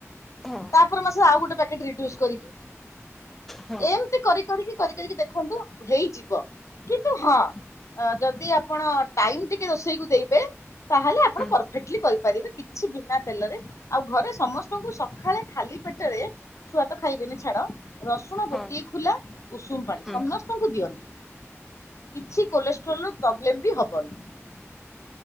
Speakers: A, in the centre; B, on the left.
A: ହଁ।
B: ତାପର ମାସ ଆଉ ଗୋଟେ ପ୍ୟାକେଟ ରିଡ୍ୟୁସ କରିବି।
A: ହଁ
B: ଏମତି କରି କରିିକି କରି କରିିକି ଦେଖନ୍ତୁ ହେଇଯିବ କିନ୍ତୁ ହଁ ଅ ଯଦି ଆପଣ ଟାଇମ ଟିକେ ରୋଷେଇକୁ ଦେଇବେ ତାହେଲେ ଆପଣ
A: ହୁଁ
B: ପରଫେକ୍ଟଲି କରିପାରିବେ କି ଛି ବିନା ତେଲରେ ଆଉ ଘରେ ସମସ୍ତଙ୍କୁ ସଖାଳେ ଖାଲି ପେଟରେ ଛୁଆ ତ ଖାଇବେନି ଛାଡ। ରସୁଣ
A: ହଁ
B: ଗୋଟିଏ ଖୁଲା ଉଷୁମ ପାଣି
A: ହୁଁ।
B: ସମସ୍ତଙ୍କୁ ଦିଅନ୍ତୁ କିଛି କୋଲେଷ୍ଟ୍ରୋଲର ପ୍ରବ୍ଲେମ ବି ହବନି।